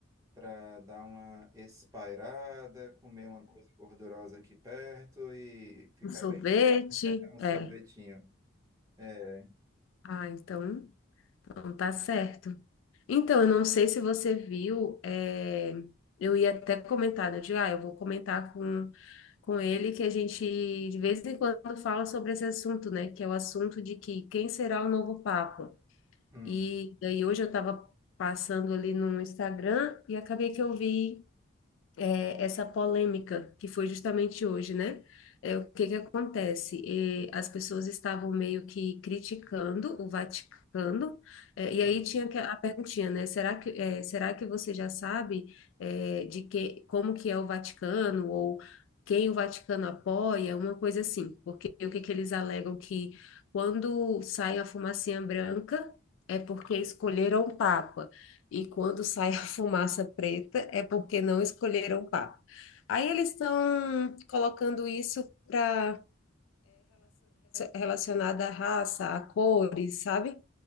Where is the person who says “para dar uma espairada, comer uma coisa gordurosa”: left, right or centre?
Right